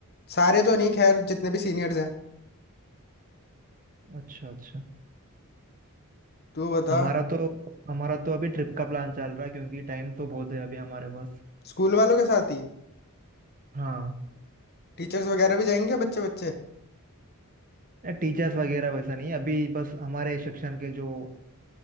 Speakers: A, on the left; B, on the right.
A: सारे तो नहीं खैर जितने भी सीनियर्स हैं
B: अच्छा अच्छा
A: तू बता
B: हमारा तो हमारा तो अभी ट्रिप का प्लान चल रहा है क्योंकि टाइम तो बहुत है अभी हमारे पास
A: स्कूल वालों के साथ ही
B: हाँ
A: टीचर्स वगैरह भी जाएंगे बच्चे बच्चे
B: टीचर्स वगैरह वैसा नहीं अभी बस हमारे सेक्शन के जो